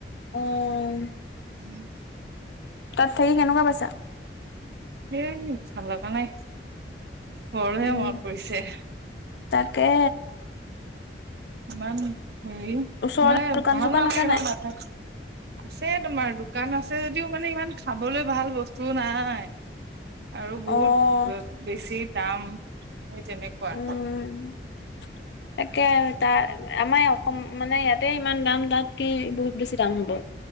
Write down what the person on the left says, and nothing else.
অ'।
তাত থাকি কেনেকুৱা পাইছা?
উম,
তাকে।
ওচৰতে
দোকান
চোকান
আছে
নাই?
অ'
উম। <unintelligible> তাকে তাৰ আমাৰ অসম মানে ইয়াতে ইমান দাম তাত কি বহুত বেছি দাম হ'ব।